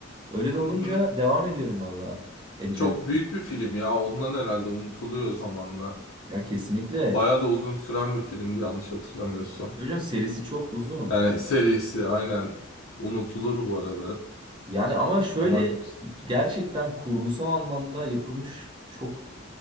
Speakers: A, on the right; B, on the left.
A: Öyle de olunca
B: Hı hı.
A: devam ediyorum valla. Edeceğim.
B: Çok büyük bir film ya. Ondan herhalde unutuluyor zamanla.
A: Ya kesinlikle.
B: Bayağı da uzun süren bir filmdi yanlış hatırlamıyorsam.
A: Hocam serisi çok uzun.
B: Yani serisi aynen unutulur bu arada.
A: Yani ama şöyle
B: Zaman geçti.
A: gerçekten kurgusal anlamda yapılmış çok